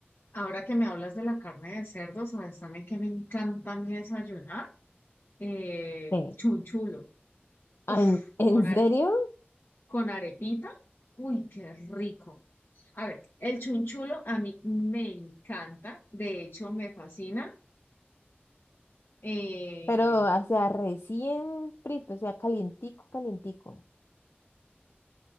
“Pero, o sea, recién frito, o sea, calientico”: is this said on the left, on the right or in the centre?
Left